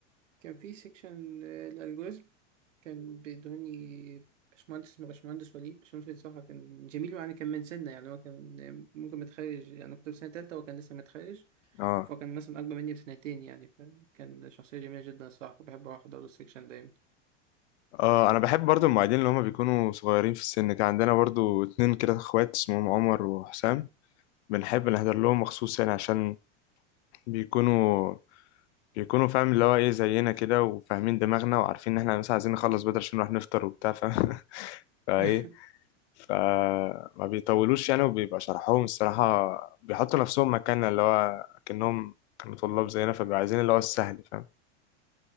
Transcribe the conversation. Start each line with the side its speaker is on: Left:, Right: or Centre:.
Right: كان في سيكشن الالجوريزم كان بيدوني باشمهندس اسمه باشمهندس وليد باشمهندس وليد صراحة كان جميل يعني كان من سنة يعني هو كان ممكن متخرج يعني كنت في سنة تالتة وهو كان لسه متخرج
Left: اه
Right: فهو كان مثلا أكبر مني بسنتين يعني فكان شخصية جميلة جدا الصراحة كنت بحب أروح أحضر له السيكشن دايما
Left: اه انا بحب برضو المعيدين اللي هما بيكونوا صغيرين في السن كان عندنا برضو اتنين كده اخوات اسمهم عمر وحسام بنحب نحضر لهم مخصوص يعني عشان بيكونوا بيكونوا فاهم اللي هو ايه زينا كده وفاهمين دماغنا وعارفين ان احنا مثلا عايزين نخلص بدري عشان نروح نفطر وبتاع فاهم <laughs> فايه
Right: <laughs>
Left: فما بيطولوش يعني وبيبقى شرحهم الصراحة بيحطوا نفسهم مكاننا اللي هو كأنهم كانوا طلاب زينا فبيبقوا عايزين اللي هو السهل فاهم